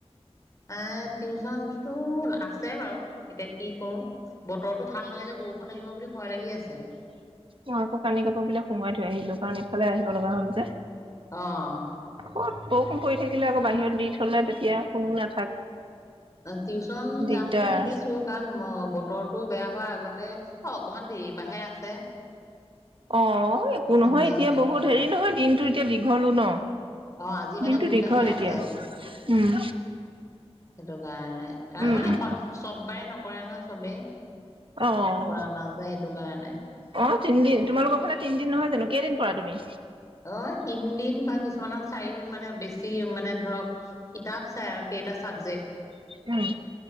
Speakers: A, on the left; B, on the right.
A: এৱ টিউচনতো আছে বাৰু, এতিয়া কি কৰো বতৰটো ভাল নহয় যে বৰষুণ আহিব বুলি ভয় লাগি আছে।
B: মো আকৌ কানি কাপোৰ বিলাক সোমাই থৈ আহিলো কাৰণ এইফালে আহিব লগা হল যে।
A: অৱ
B: আকৌ বৰষুণ পৰি থাকিলে আকৌ বাহিৰত দি থলে তেতিয়া কোনো না
A: টিউচন
B: দিগদাৰ।
A: যাম বুলি ভাবিছো কাৰণ বতৰটো বেয়া হোৱাৰ আগত তে অ অকমান দেৰি পা হে আছে
B: অ একো
A: চিন্তা
B: নহয় এতিয়া
A: নাথাকে।
B: বহুত হেৰি নহয় দিন তো এতিয়া দীঘলো ন
A: অ আজি মানে
B: দিনতো
A: দুটাহে
B: দীঘল এতিয়া
A: আছে।
B: উম
A: সেইটো কাৰণে কাৰণ
B: উম,
A: মানে
B: উম,
A: চব বাৰে নক কৰে নহয় চবেই
B: অ',
A: কৰা নাযায় সেইটো কাৰণে
B: অ', তিনদিন তোমালোকৰ ফালে তিনিদিন নহয় জানো কেইদিন কৰা তুমি
A: অ তিনদিন বা কিছুমানৰ চাৰিদিন মানে বেছি মানে ধৰক কিতাপ চাই আৰু কেইটা চাবজেক্ট
B: উম।